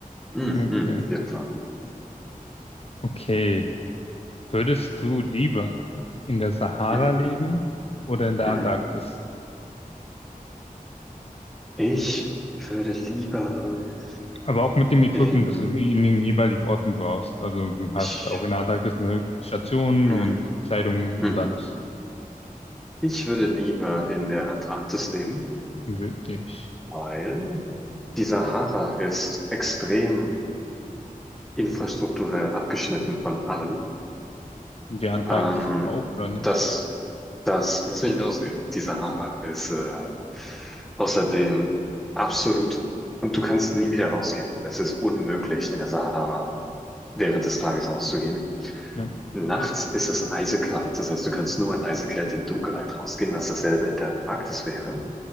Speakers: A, in the centre; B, on the left (about 45°).
A: Mhm,
B: Okay,
A: mhm, auf jeden Fall.
B: okay. Würdest du lieber in der Sahara
A: Mhm,
B: leben oder in der
A: mhm.
B: Antarktis?
A: Ich würde lieber
B: Aber auch mit dem Equipment,
A: in,
B: das du in den jeweiligen Orten brauchst. Also du hast
A: ich,
B: auch in der Antarktis eine Station
A: mhm,
B: und Kleidung
A: mhm.
B: und alles.
A: Ich würde lieber in der Antarktis leben,
B: Wirklich.
A: weil die Sahara ist extrem infrastrukturell abgeschnitten von allem.
B: Die Antarktis
A: Ähm,
B: auch, oder nicht?
A: das, das, lass mich ausreden, die Sahara ist äh, außerdem absolut, und du kannst nie wieder rausgehen. Es ist unmöglich, in der Sahara während des Tages rauszugehen.
B: Ja.
A: Nachts ist es eisekalt, das heißt, du kannst nur in Eisekälte in Dunkelheit rausgehen, was dasselbe in der Antarktis wäre.